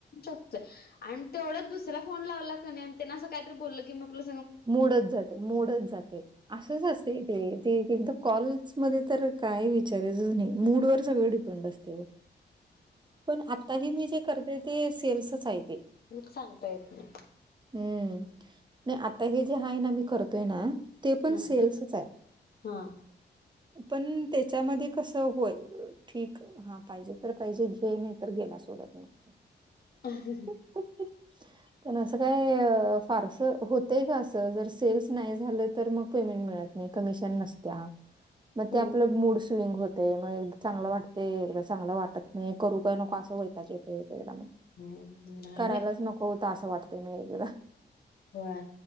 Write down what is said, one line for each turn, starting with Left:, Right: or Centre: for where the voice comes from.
Left: जॉब तर आणि तेवढ्यात दुसरा फोन लावला क नाही आणि त्यान असं काहीतरी बोललं की म लग
Right: मोडच जातो, मोडच जाते असंच असते. ते-ते एक एखादा कॉल मध्ये तर काय विचारायचंच नाही. मूड वर सगळे डिपेंड असते. <inaudible> पण आताही मी जे करते ते सेल्सच आहे ते.
Left: सांगता येत नाही
Right: हम्म, नाही आता हे जे आहे ना, मी करतोय ना. ते पण
Left: हा
Right: सेल्सच आहे.
Left: हा
Right: पण त्याच्यामध्ये कस, हो ठीक. हा, पाहिजे तर पाहिजे घे नाही तर गेला सोडत नसतो.
Left: आ हा ह.
Right: हम्म, हम्म, पण असं काय फारस होत होतंय का आस, जर सेल्स नाही झालं तर मग पेमेंट मिळत नाही. कमिशन नसत्या. मग ते
Left: हम्म
Right: आपलं मूड स्विंग होत ते मग चांगलं वाटते, एकदा चांगलं वाटत नाही, करू काय नको असं वैताग येतंय एक एकदा मग
Left: हम्म नाही
Right: करायलाच
Left: नाही
Right: नको होत, असं वाटत म एकदा
Left: होय,